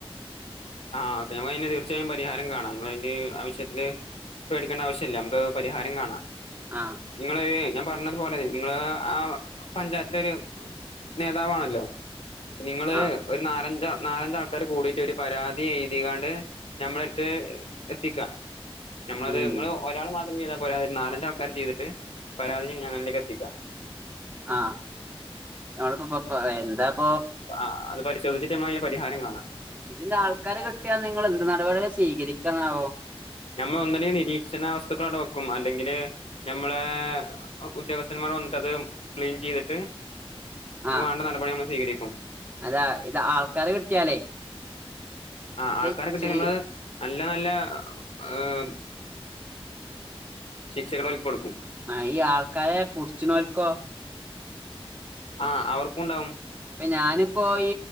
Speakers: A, on the left; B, on the right.
A: ആഹ് ഓക്കെ നമ്മക്ക് അയിനൊരു തീർച്ചയായുംപരിഹാരംകാണാം. ഇങ്ങള് അയിന്റെ ആവശ്യത്തില് പേടിക്കേണ്ടാവശ്യല്യ. നമുക്ക് പരിഹാരം കാണാം.
B: ആഹ്!
A: നിങ്ങള് ഒര് ഞാൻ പറഞ്ഞത് പോലെ നിങ്ങള് ആഹ് ആഹ് പഞ്ചായത്തിലൊര് നേതാവാണല്ലോ. നിങ്ങള്
B: ആഹ്
A: ഒരു നാലഞ്ച നാലഞ്ചാൾക്കാര് കൂടിട്ട് ഒരു പരാ തി എഴ്തികാണ്ട് ഞമ്മളെടുത്ത് എത്തിക്കാ. ഞമ്മളത്
B: ഉം
A: നിങ്ങളോ ഒരാള്മാത്രം ചെയ്താപോരാ. ഒര് നാലഞ്ചാൾക്കാര് ചെയ്തിട്ട് പരാതി ഞങ്ങളിലേക്ക് എത്തിക്ക.
B: ആഹ്! ഞങ്ങളിപ്പോ പ്പോ പ്പോ പ്പോ എന്താപ്പോ
A: ആഹ്! അത് പരിശോധിച്ചിട്ട് ഞമ്മക്ക്‌ അയ്ന് പരിഹാരം കാണാം.
B: ഇതിന്റെൾക്കാരെ കിട്ടിയാ നിങ്ങള് എന്ത് നടപടിയാ സ്വീകരിക്ക്‌നാവോ?
A: ഞമ്മള് ഒന്നല്ലങ്കി നിരീക്ഷണവസ്ത്തുക്കള് അടെ വേക്കും. അല്ലെങ്കില് ഞമ്മളെ ഉദ്യോഗസ്ഥന്മാര് വന്നിട്ടത് ക്ലീൻ ചെയ്തിട്ട്
B: ആഹ്
A: വാണ്ട നടപടി നമ്മള് സ്വീകരിക്കും.
B: അതാ ഇത് ആൾക്കാരേ കിട്ടിയാലേ
A: ആഹ്
B: ഇത്
A: ആൾക്കാരെ കിട്ടിയാ
B: ചെയ്
A: നമ്മള് നല്ല നല്ല ഏഹ് ശിക്ഷകള് ഓൽക്ക് കൊടുക്കും.
B: ആഹ് ഈ ആൾക്കാരെ പുടിച്ച്നോൽക്കോ?
A: ആഹ് അവർക്കു ണ്ടാവും.
B: ഇപ്പ ഞാനിപ് പോയി